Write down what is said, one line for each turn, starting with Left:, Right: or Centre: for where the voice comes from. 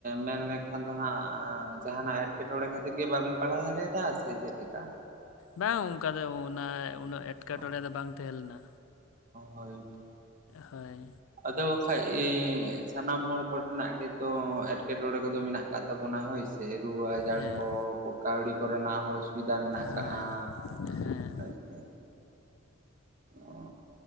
Right: ᱢᱮᱱ ᱞᱮᱠᱷᱟᱱ ᱫᱚ ᱦᱟᱸᱜ ᱡᱟᱦᱟᱸᱱᱟᱜ ᱮᱴᱠᱮᱴᱚᱬᱮ ᱠᱷᱟᱹᱛᱤᱨ ᱜᱮ ᱵᱟᱵᱤᱱ ᱯᱟᱲᱦᱟᱣ ᱫᱟᱲᱮᱭᱟᱫᱟ ᱥᱮ ᱪᱮᱫᱮᱠᱟ?
Left: ᱵᱟᱝ ᱚᱱᱠᱟ ᱫᱚ ᱚᱱᱟ ᱩᱱᱟᱹᱜ ᱮᱴᱠᱮᱴᱚᱬᱮ
Right: ᱚ
Left: ᱫᱚ ᱵᱟᱝ ᱛᱟᱦᱮᱸ ᱞᱮᱱᱟ
Right: ᱦᱳᱭ ᱛᱚ᱾
Left: ᱦᱳᱭ᱾
Right: ᱟᱫᱚ ᱵᱟᱠᱷᱟᱡ ᱤ ᱥᱟᱱᱟᱢ ᱦᱚᱲ ᱠᱚᱨᱮᱱᱟᱜ ᱜᱮᱛᱚ ᱮᱴᱠᱮᱴᱚᱬᱮ ᱠᱚᱫᱚ ᱢᱮᱱᱟᱜ ᱠᱟᱜ ᱛᱟᱵᱚᱱᱟ ᱦᱳᱭ ᱥᱮ᱾ ᱥᱮ ᱨᱩᱣᱟᱹ ᱟᱡᱟᱨ
Left: ᱦᱮᱸ
Right: ᱠᱚ ᱠᱟᱹᱣᱰᱤ ᱠᱚᱨᱮᱱᱟᱜ ᱦᱚᱸ ᱚᱥᱩᱵᱤᱫᱷᱟ ᱢᱮᱱᱟᱜ
Left: ᱦᱳᱭ
Right: ᱠᱟᱜᱼᱟ
Left: ᱦᱮᱸ
Right: ᱟᱪᱪᱷᱟ ᱚ